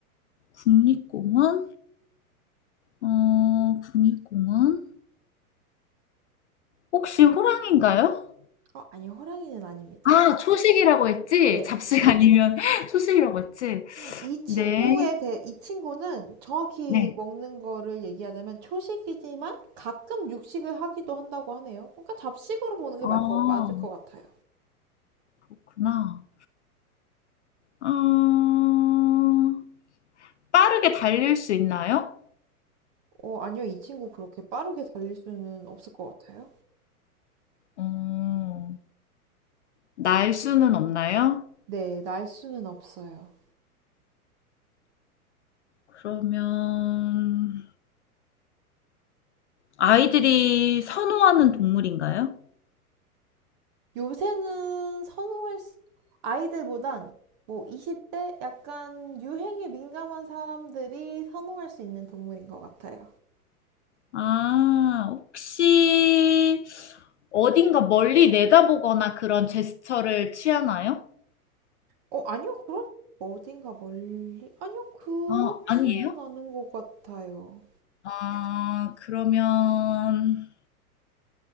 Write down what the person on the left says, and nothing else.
국립공원? 어, 국립공원? 혹시 호랑인가요?
아, 초식이라고 했지?
잡식 아니면 <laughs> 초식이라고 했지?
네,
네.
아,
그렇구나. 아, 빠르게 달릴 수 있나요?
어, 날 수는 없나요?
그러면 아이들이 선호하는 동물인가요?
아, 혹시 어딘가 멀리 내다보거나 그런 제스처를 취하나요?
어, 아니에요?
아, 그러면